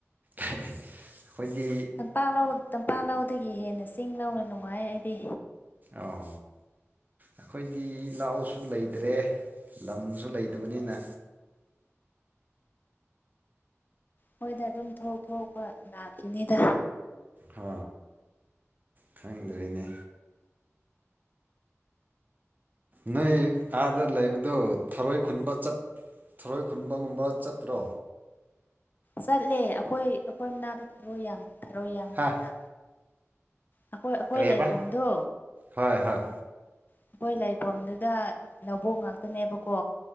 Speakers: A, on the right; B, on the left.
A: ꯑꯩꯈꯣꯏꯗꯤ
B: ꯄꯥꯛ ꯂꯧ ꯇꯝꯄꯥꯛ ꯂꯧꯗꯒꯤ ꯍꯦꯟꯅ ꯆꯤꯡ ꯂꯧꯅ ꯅꯨꯡꯉꯥꯏꯌꯦ ꯑꯩꯗꯤ꯫
A: ꯑꯣ꯫ ꯑꯩꯈꯣꯏꯗꯤ ꯂꯥꯎꯁꯨ ꯂꯩꯇ꯭ꯔꯦ ꯂꯝꯁꯨ ꯂꯩꯇꯕꯅꯤꯅ꯫
B: ꯍꯣꯏꯗ ꯑꯗꯨꯝ ꯊꯣꯛ ꯊꯣꯛꯄ ꯂꯥꯛꯈꯤꯅꯤꯗ꯫
A: ꯑ ꯈꯪꯗ꯭ꯔꯤꯅꯦ꯫ ꯅꯣꯏ ꯑꯥꯗ ꯂꯩꯕꯗꯨ ꯊꯔꯣꯏ ꯈꯨꯟꯕ ꯆꯠ ꯊꯔꯣꯏ ꯈꯨꯟꯕꯒꯨꯝꯕ ꯆꯠꯇ꯭ꯔꯣ꯫
B: ꯆꯠꯂꯦ ꯑꯩꯈꯣꯏ ꯑꯩꯈꯣꯏ ꯃꯅꯥꯗꯣ ꯊꯔꯣꯏ ꯌꯥꯝ ꯊꯔꯣꯏ ꯌꯥꯝ
A: ꯍꯥ
B: ꯂꯩꯅ꯫ ꯑꯩꯈꯣꯏ ꯑꯩꯈꯣꯏ
A: ꯀꯔꯤꯕ
B: ꯂꯩꯐꯝꯗꯣ
A: ꯍꯣꯏ ꯍꯣꯏ
B: ꯑꯩꯈꯣꯏ ꯂꯩꯐꯝꯗꯨꯗ ꯂꯧꯕꯣꯡ ꯉꯥꯛꯇꯅꯦꯕꯀꯣ꯫